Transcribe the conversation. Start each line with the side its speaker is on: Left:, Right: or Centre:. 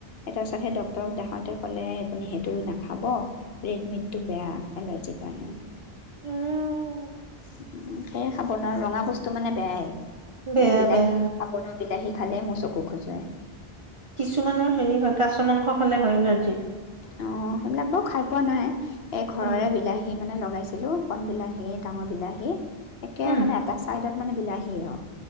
Left: তাৰ পিছত সেই ডক্তৰক দেখাওঁতে ক'লে আপুনি সেইটো নাখাব, ৰেড মিটটো বেয়া, এলাৰ্জিৰ কাৰণে।
Right: উম,
Left: উ, সেয়ে খাব নোৱাৰো, ৰঙা বস্তু মানে বেয়াই। এ,
Right: বেয়া
Left: বিলাহী
Right: বেয়া
Left: খাব নোৱাৰোঁ, বিলাহী খালেই মোৰ চকু খজুৱায়।
Right: কিছুমানৰ হেৰি হয়, কাছ মাংস খালে হয়, এলাৰ্জি।
Left: অ, সেইবিলাক বাৰু খাই পোৱা নাই। এই ঘৰৰে
Right: উম,
Left: বিলাহী, মানে লগাইছে <unintelligible> কণ বিলাহী, ডাঙৰ বিলাহী একে
Right: উম,
Left: মানে, এটা চাইডত মানে বিলাহী আৰু,